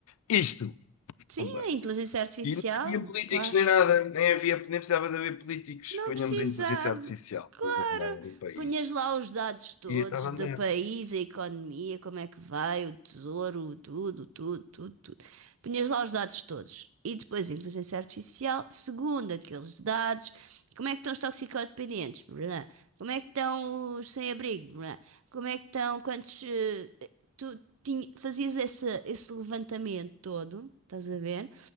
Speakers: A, on the left; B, on the right.
A: isto.
B: Sim,
A: Pumba.
B: a inteligência artificial,
A: E não havia políticos
B: claro.
A: nem nada, nem havia, nem precisava de haver políticos.
B: Não
A: Ponhamos
B: precisava.
A: a inteligência artificial
B: Claro,
A: a governar o país.
B: punhas lá os dados todos
A: E estava a
B: do
A: andar.
B: país, a economia, como é que vai, o tesouro, tudo, tudo, tudo, tudo. Punhas lá os dados todos. E depois a inteligência artificial, segundo aqueles dados, como é que estão os toxicodependentes? Brã? Como é que estão os sem-abrigo? Brã? Como é que estão quantos. eh, tu tinha- fazias esse, esse levantamento todo, estás a ver?